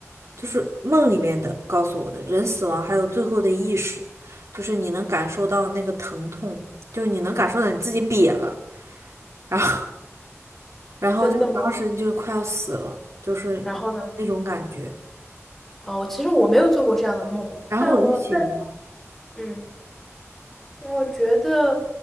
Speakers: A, on the right; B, in the centre.
A: 就是梦里面的告诉我的，人死亡还有最后的意识，就是你能感受到那个疼痛，就是你能感受到你自己瘪了，然后然后就当时就快要死了，
B: 真的吗？
A: 就是那种感觉。
B: 然后呢？哦，其实我没有做过这样的梦，
A: 然后我就醒了。
B: 但我那嗯，我觉得，